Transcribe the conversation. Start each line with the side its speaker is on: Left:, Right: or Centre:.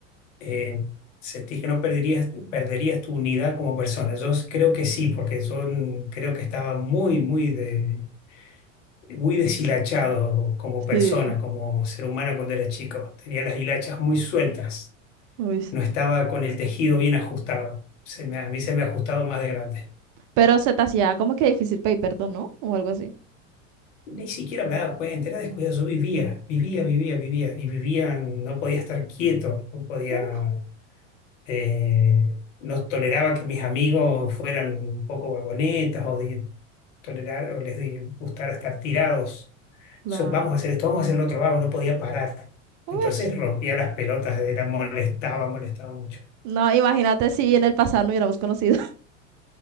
Left: eh, ¿sentís que no perderías, perderías tu unidad como persona? Yo creo que sí, porque yo mm, creo que estaba muy, muy, de, muy deshilachado como persona,
Right: Sí,
Left: como ser humano cuando era chico. Tenía las hilachas muy sueltas,
Right: uy.
Left: no estaba con el tejido bien ajustado. Se me- a mí se me ha ajustado más de grande.
Right: Pero se te hacía como que difícil pedir perdón, ¿no? O algo así.
Left: Ni siquiera me daba cuenta, era descuidado. Yo vivía, vivía, vivía, vivía. Y vivía, no podía estar quieto, no podía.
Right: Uh,
Left: eh, no toleraba que mis amigos fueran un poco vagonetas o de tolerar o les de- gustara estar tirados.
Right: plano.
Left: So, vamos a hacer esto, vamos a hacer lo otro, vamos, no podía parar.
Right: Uy.
Left: Entonces rompía las pelotas, era molestaba, molestaba mucho.
Right: No, imagínate si en el pasado no hubiéramos conocido.